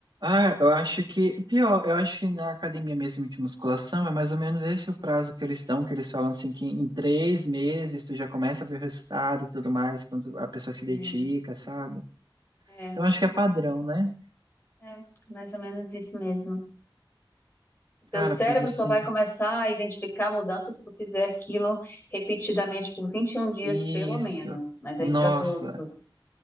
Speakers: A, on the right; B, on the left.
A: Ah, eu acho que, pior, eu acho que na academia mesmo de musculação é mais ou menos esse o prazo que eles dão, que eles falam assim que em três meses tu já começa a ver o resultado e tudo mais, quando a pessoa se
B: É,
A: dedica, sabe?
B: é,
A: Então
B: é,
A: acho que é padrão, né?
B: é, mais ou menos isso mesmo. O teu
A: Cara,
B: cérebro
A: pois assim,
B: só vai começar a identificar mudanças se tu fizer aquilo repetidamente por vinte e um dias,
A: isso.
B: pelo menos. Mas
A: Nossa,
B: aí, para tu, tu,